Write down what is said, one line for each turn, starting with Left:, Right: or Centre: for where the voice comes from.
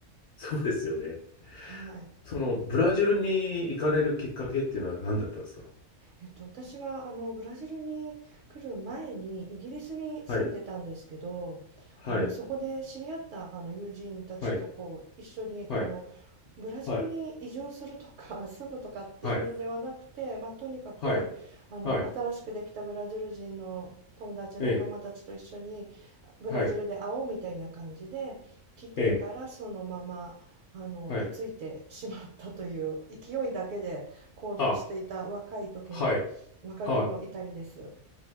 Left: そうですよね。
Right: はい。
Left: そのブラジルに行かれるきっかけっていうのは何だったんですか
Right: えっと、私はあのブラジルに来る前にイギリスに住んでたんですけど、
Left: はい、はい、
Right: あのそこで知り合ったあの友人たちとこう一緒にあの
Left: はい、はい、
Right: ブラジルに移住するとか
Left: はい、
Right: <laughs> 住むとかっていうのではなくて、
Left: はい、
Right: まあ、とにかくあの新しくできたブラジル人の友達仲間たちと一緒に
Left: はい、はい、ええ、
Right: ブラジルで会おうみたいな感じで来てからそのままあの居ついてしまったという勢いだけで。
Left: はい、ええ、はい、
Right: 行動していた若い時の若気の至りです。
Left: あ、はい、は